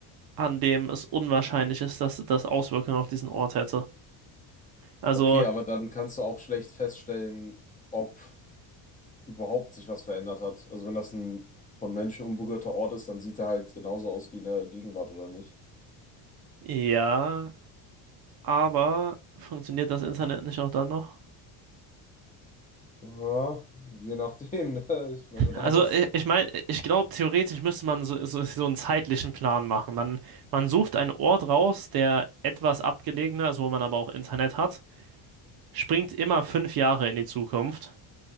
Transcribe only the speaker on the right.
an dem es unwahrscheinlich ist, dass das Auswirkungen auf diesen Ort hätte. Also,
ja, aber funktioniert das Internet nicht auch dann noch?
Also,
i- ich meine, ich glaube, theoretisch müsste man so, so, so einen zeitlichen Plan machen. Man, man sucht einen Ort raus, der etwas abgelegener ist, wo man aber auch Internet hat. springt immer fünf Jahre in die Zukunft,